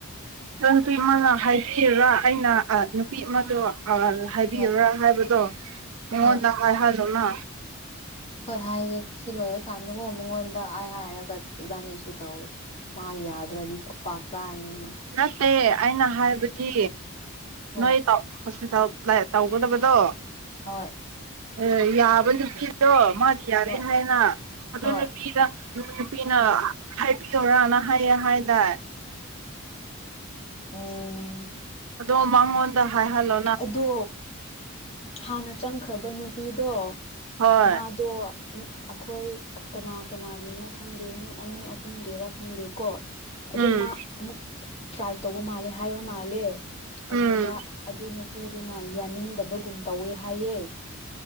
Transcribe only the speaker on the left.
ꯍꯣꯏ
ꯍꯣꯏ
ꯍꯣꯏ ꯍꯥꯏꯒꯦ ꯁꯤ ꯂꯣꯏꯔ ꯀꯥꯟꯗꯀꯣ ꯃꯉꯣꯟꯗ ꯑꯩ ꯍꯥꯏꯔꯒ ꯏꯕꯥꯅꯤ ꯏꯁꯨ ꯇꯧꯏꯤ ꯃꯥ ꯌꯥꯗ꯭ꯔꯒ ꯈꯨꯥꯛꯇꯥꯥꯅꯤꯃ
ꯍꯣꯏ
ꯍꯣꯏ
ꯍꯣꯏ
ꯍꯣꯏ
ꯎꯝ
ꯑꯗꯣ ꯍꯅ ꯆꯪꯈ꯭ꯔꯕ ꯅꯨꯄꯤꯗꯣ
ꯃꯥꯗꯣ ꯑꯩꯈꯣꯏ ꯀꯅꯥ ꯀꯅꯥꯒꯤꯅꯣ ꯈꯪꯗꯦ ꯃꯤ ꯑꯅꯤ ꯑꯍꯨꯝꯒꯤꯔꯥ ꯈꯪꯗꯦ ꯀꯣ ꯑꯗꯨ
ꯃꯥ ꯑꯃꯨꯛ ꯇ꯭ꯔꯥꯏ ꯇꯧꯕ ꯃꯥꯜꯂꯦ ꯍꯥꯏꯕ ꯃꯥꯜꯂꯦ
ꯑꯗꯨꯗ ꯑꯗꯨ ꯅꯨꯄꯤꯗꯨꯅ ꯌꯥꯅꯤꯡꯗꯕꯒꯨꯝ ꯇꯧꯋꯦ ꯍꯥꯏꯌꯦ